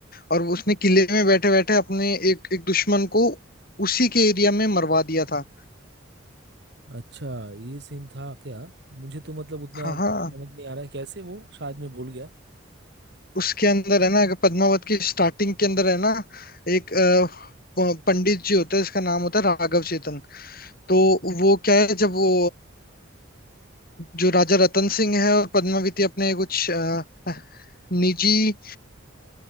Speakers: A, on the left (about 45°); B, on the right (about 55°).
A: और वो उसने किले में बैठे बैठे अपने एक एक दुश्मन को उसी के एरिया में मरवा दिया था
B: अच्छा ये सीन था क्या मुझे तो मतलब उतना
A: हाँ
B: मतलब
A: हाँ
B: समझ नहीं आ रहा है कैसे वो शायद मैं भूल गया
A: उसके अंदर है ना अगर पद्मावत की स्टार्टिंग के अंदर है ना एक अ, प- पंडित जी होता है इसका नाम होता है राघव चेतन तो वो क्या है जब वो जो राजा रतन सिंह है और पद्मावती अपने कुछ अ, निजी